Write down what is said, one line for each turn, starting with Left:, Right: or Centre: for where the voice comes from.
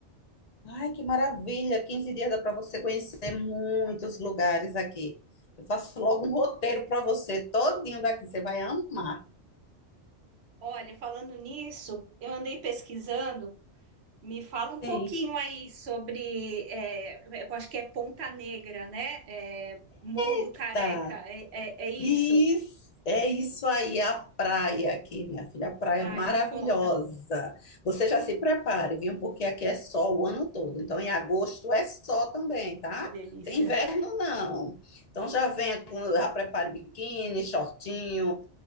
Left: ai, que maravilha! Quinze dias dá para você conhecer muitos lugares aqui. Eu faço logo um roteiro para você, todinho daqui, você vai amar.
Right: Olha, falando nisso, eu andei pesquisando. Me fala um
Left: Sim.
Right: pouquinho aí sobre, é, eu acho que é Ponta Negra, né? É, Morro do
Left: Eita!
Right: Careca, é, é, é isso?
Left: Isso, é isso aí, a praia aqui, minha filha, a praia
Right: Ai,
Left: é maravilhosa.
Right: me conta.
Left: Você já se prepare, viu? Porque aqui é sol o ano todo. Então, em agosto é sol também, tá?
Right: Que delícia.
Left: Tem inverno, não. Então, já venha com, já prepare biquíni, shortinho,